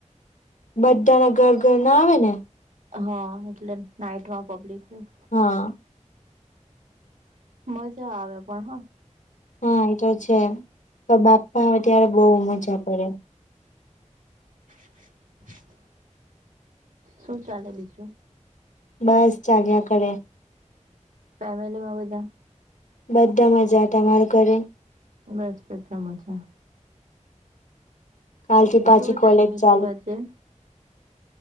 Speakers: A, on the left; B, on the right.
A: બઢા ના ઘર-ઘર ના આવે ને.
B: હા એટલે નાઈટમાં પબ્લિક હોય.
A: હ.
B: મજા આવે પણ હ.
A: હા એતો છે, પણ બાપ્પા આવે ત્યારે બઉ મજા પડે.
B: <inaudible> શું ચાલે બીજું?
A: બસ, ચાલયા કરે.
B: ફેમિલી માં બધા.
A: બધા મજા. ટમારા ઘરે?
B: બસ બધા મજા.
A: કાલ થી પાછી
B: શું
A: કોલેજ
B: જઈમી
A: ચાલુ.
B: તું આજે